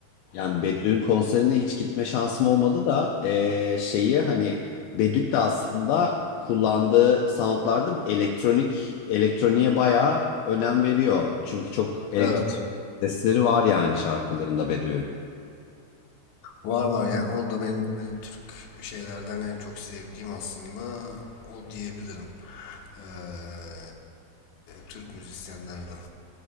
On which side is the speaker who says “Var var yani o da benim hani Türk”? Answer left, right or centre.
Left